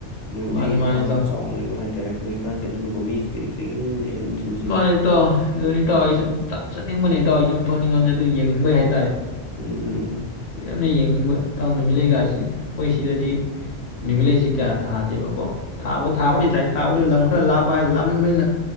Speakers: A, on the left (about 85°); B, on the left (about 65°).
A: ꯅꯨꯃꯤꯠ
B: ꯃꯥꯅꯤ
A: ꯂꯩꯒꯤ
B: ꯃꯥꯅꯤ
A: ꯐꯥꯃ
B: ꯏꯇꯥꯎ
A: ꯆꯥꯎꯅ ꯂꯩꯕ ꯍꯥꯏꯇꯥꯔꯦ ꯍꯧꯖꯤꯛꯀꯥꯟꯁꯦ ꯑꯗꯨ ꯑꯣꯃꯤ ꯀ꯭ ꯔꯤ ꯀ꯭ ꯔꯤ ꯏꯟꯅꯕꯅꯤ ꯑꯌꯨ ꯅꯨꯊꯤꯜꯁꯤ
B: ꯃꯥꯅꯤ ꯏꯇꯥꯎ ꯑꯗꯨꯅꯤ ꯏꯇꯥꯎ ꯑꯩꯁꯨ ꯆꯠꯅꯤꯡꯕꯅꯤꯇꯥꯎ ꯌꯨꯝ ꯊꯣꯛꯅꯤꯡꯉꯝꯅꯤ ꯑꯗꯨ ꯌꯦꯡꯅꯤꯡꯕꯩ ꯍꯥꯏ
A: ꯎꯝ ꯎꯝ ꯎꯝ
B: ꯐꯖꯅ ꯌꯦꯡꯅꯤꯡꯕ ꯏꯇꯥꯎ ꯅꯨꯃꯤꯠ ꯂꯩꯩꯒꯥꯁꯤ ꯑꯩꯈꯣꯏ ꯁꯤꯗꯗꯤ ꯅꯨꯃꯤꯠꯂꯩꯁꯤ ꯀꯌꯥ ꯊꯥꯗꯦꯕꯀꯣ ꯊꯥꯕ ꯊꯥꯕꯨꯗꯤ ꯊꯥꯏ ꯊꯥꯕꯗꯣ ꯂꯝ ꯈꯔ ꯂꯥꯞꯄ ꯍꯥꯏꯗꯤ ꯂꯥꯞꯃꯟꯕꯅꯤꯅ